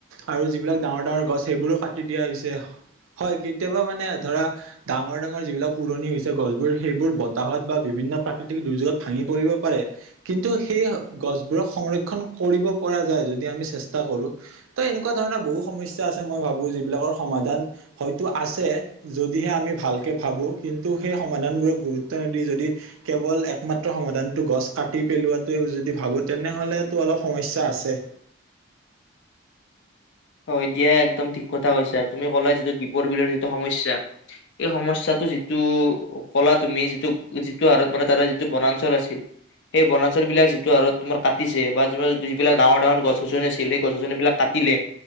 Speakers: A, on the right; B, on the left.
A: আৰু যিবিলাক ডাঙৰ ডাঙৰ গছ সেইবোৰো কাটি দিয়া হৈছে। হয় কেতিয়াবা মানে ধৰা ডাঙৰ ডাঙৰ যিবিলাক পুৰণি হৈছে গছবোৰ সেইবোৰ ব তাহত বা বিভিন্ন প্ৰাকৃতিক দুৰ্যোগত ভাঙি পৰিব পাৰে। কিন্তু সেই গছবোৰক সংৰক্ষণ কৰিব পৰা যায় যদি আমি চেষ্টা কৰো। ত' এনেকুৱা ধৰণৰ বহুত সমস্যা আছে মই ভাবো যিবিলাকৰ সমাধান হয়তো আছে, যদিহে আমি ভালকে ভাবো, কিন্তু সেই সমাধান বোৰক গুৰুত ত দি যদি কেৱল একমাত্ৰ সমাধানটো গছ কাটি পেলোৱাটোৱেই যদি ভাবো তেনেহ'লেটো অলপ সমস্যা আছে।
B: হয় দিয়া একদম ঠিক কথা কৈছা। তুমি কলা যিটো দ্বীপৰ বিলৰ যিটো সমস্যা, এই সমস্যাটো যিটো কলা তুমি, যিটো যিটো হাৰত মানে তাৰ যিটো বনাঞ্চল আছিল, সেই বনাঞ্চল বিলাক যিটো হাৰত তোমাৰ কাটিছে বা তোমাৰ যিবিলাক ডাঙৰ ডাঙৰ গছ গছনি আছিল সেই গছ গছনিবিলাক কাট টিলে,